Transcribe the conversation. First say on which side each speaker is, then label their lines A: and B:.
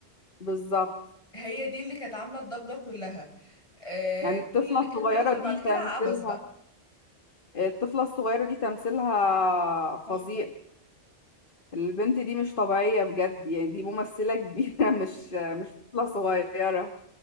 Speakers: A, on the left (about 50°); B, on the left (about 30°).
A: بالظبط
B: هي دي اللي كانت عاملة الضجة كلها آه
A: يعني الطفلة
B: كل اللي
A: الصغيرة
B: كان بيحصل
A: دي
B: بعد كده
A: تمثيلها
B: عبث بقى
A: الطفلة الصغيرة دي تمثيلها فظيع
B: تحفة
A: البنت دي مش طبيعية بجد يعني دي ممثلة كبيرة <laughs> مش مش طفلة صغيرة